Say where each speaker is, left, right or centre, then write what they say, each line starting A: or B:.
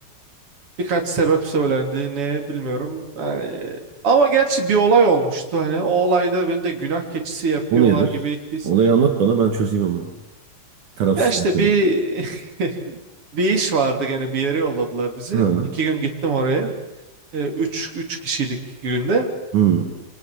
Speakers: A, on the right; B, on the right.
A: e, birkaç sebep söylendi ne bilmiyorum. Yani, ama gerçi bir olay olmuştu hani o olayda beni de günah keçisi yapıyorlar
B: O nedir?
A: gibi his.
B: Olayı anlat bana ben çözeyim ama. Tarafsız
A: Ya işte
B: bakayım.
A: bir <laughs> bir iş vardı gene bir yere yolladılar bizi.
B: Hı
A: İki gün gittim oraya. E, üç, üç kişiydik iki günde.
B: hı